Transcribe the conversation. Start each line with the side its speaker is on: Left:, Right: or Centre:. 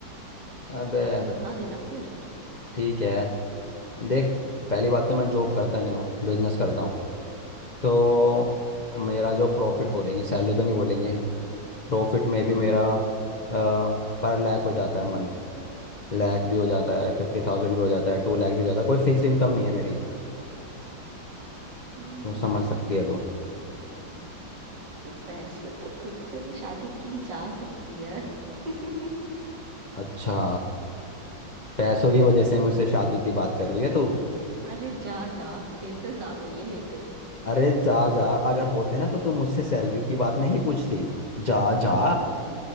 Left: अबे
Right: हाँ तो बता देना फिर
Left: ठीक है देख पहली बात तो मैं जॉब करता नहीं हूँ बिजनेस करता हूँ तो मेरा जो प्रॉफिट बोलेंगे सैलरी तो नहीं बोलेंगे प्रॉफिट में भी
Right: हाँ
Left: मेरा
Right: हाँ
Left: पर लैक हो जाता है मंथ लैक भी हो जाता है फिफ्टी थाउजेंड भी हो जाता है टू लैक भी हो जाता है कोई फिक्स्ड इनकम नहीं है मेरी
Right: हम्म
Left: तो समझ सकती है तू
Right: तो वैसे तो तुझसे भी शादी की जा सकती है <laughs>
Left: अच्छा पैसों की वजह से मुझसे शादी की बात कर रही है तू
Right: अरे जा जा तेरे से ज्यादा ही है मेरे पे
Left: अरे जा
Right: हम्म,
Left: जा अगर होते ना तो तू मुझसे सैलरी की बात नहीं पूछती जा जा
Right: अब हो तो